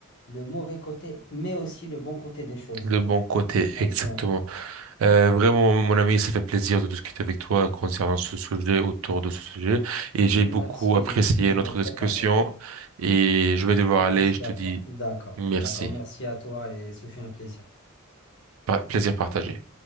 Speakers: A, on the left (about 55°); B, on the right (about 75°).
A: le mauvais côté, mais aussi le bon côté des choses.
B: Le
A: Donc,
B: bon côté,
A: ouais.
B: exactement.
A: ouais.
B: Euh, vraiment, mon ami, ça fait plaisir de discuter avec toi concernant ce sujet, autour de ce sujet. Et
A: Merci,
B: j'ai beaucoup apprécié
A: le plaisir
B: notre
A: est très
B: discussion.
A: partagé.
B: Et je vais devoir
A: Merci
B: aller. Je te
A: à toi.
B: dis
A: D'accord,
B: merci.
A: d'accord. Merci à toi et ce fut un plaisir.
B: Pa- plaisir partagé.